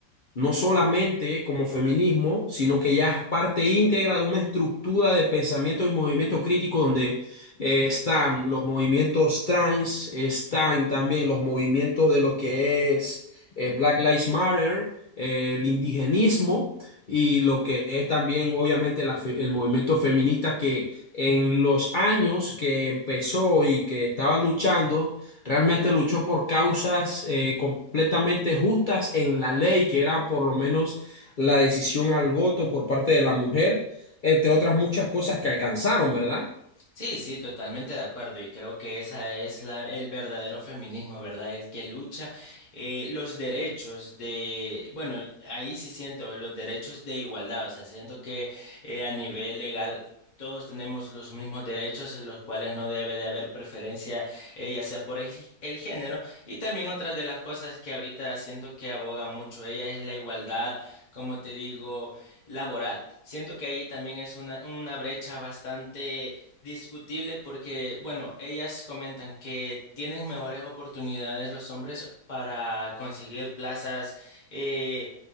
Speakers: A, on the left; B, on the left.
A: no solamente como feminismo, sino que ya es parte íntegra de una estructura de pensamiento y movimiento crítico donde eh, están los movimientos trans, están también los movimientos de lo que es eh, Black Lives Matter, eh, el indigenismo y lo que es también obviamente la fe- el movimiento feminista que en los años que empezó y que estaba luchando, Realmente luchó por causas eh, completamente justas en la ley, que era por lo menos la decisión al voto por parte de la mujer, entre otras muchas cosas que alcanzaron, ¿verdad?
B: Sí, sí, totalmente de acuerdo y creo que esa es la, el verdadero feminismo, ¿verdad? El que lucha eh, los derechos de, bueno, ahí sí siento los derechos de igualdad, o sea, siento que eh, a nivel legal todos tenemos los mismos derechos en los cuales no debe de haber preferencia, eh, ya sea por el, el género y también otra de las cosas que ahorita siento que aboga mucho ella es la igualdad, como te digo, laboral. Siento que ahí también es una, una brecha bastante Discutible porque, bueno, ellas comentan que tienen mejores oportunidades los hombres para conseguir plazas, eh,